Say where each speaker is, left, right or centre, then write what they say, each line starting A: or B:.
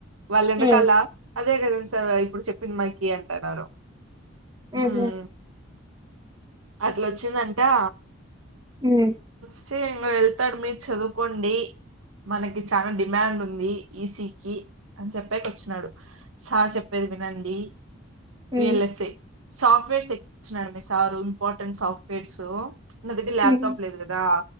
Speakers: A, on the right; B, on the right.
A: వాళ్ళ ఎన్నకాల
B: ఉమ్,
A: అదే కదండ్ సార్ ఇప్పుడు చెప్పింది మాకి అంటన్నారు
B: ఉమ్,
A: హ్ము అట్ల ఒచ్చిందంటా
B: ఉమ్
A: చి ఇంగ వెళ్తడు మీర్ చదువుకోండి మనకి చానా డిమాండ్ ఉంది ఈసీకిి అన్ చెప్పాకి ఒచ్చినాడు సార్ చెప్పేది వినండి
B: ఉమ్,
A: వి ఎల్ ఎస్ ఐ సాఫ్ట్వేర్స్ ఎక్కిచినాడు మే సారు ఇంపార్టెంట్ సాఫ్ట్వేర్సు నా దగ్గర ల్యాప్టాప్
B: ఉమ్,
A: లేదు గదా